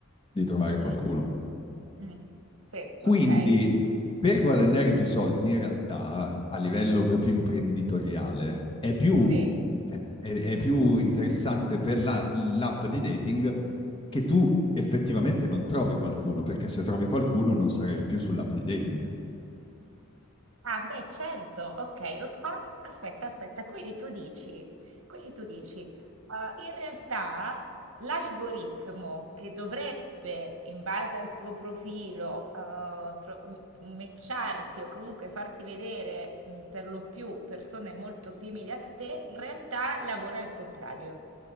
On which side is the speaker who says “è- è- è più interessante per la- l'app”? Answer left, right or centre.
Left